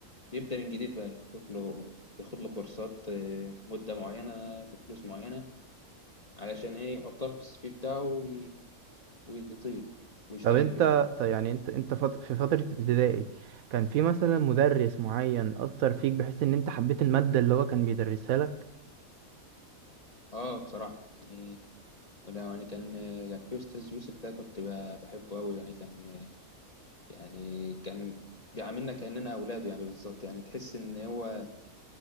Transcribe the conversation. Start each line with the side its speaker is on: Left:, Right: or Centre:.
Left: بيبدا من جديد بقى يشوف له ياخد له كورسات آه، مده معينه بفلوس معينه علشان ايه يحطها في السي في بتاعه وي- ويطير ويشتغل
Right: طب انت
Left: بيها
Right: طب يعني انت انت فط... في فترة ابتدائي كان في مثلا مدرس معين اثر فيك بحيث ان انت حبيت المادة اللي هو كان بيدرسها لك
Left: اه بصراحة يعني ولا يعني كان كان في استاذ يوسف ده كنت ب- بحبه قوي يعني كان يعني كان بيعاملنا كأننا اولاده يعني بالظبط يعني تحس ان هو